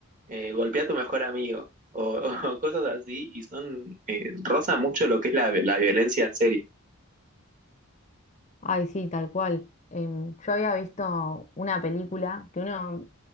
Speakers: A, on the right; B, on the left.
A: eh, golpea a tu mejor amigo o, <laughs> o cosas así y son, eh, rozan mucho lo que es la, la violencia en serio.
B: Ay, sí, tal cual. Em, yo había visto una película que uno,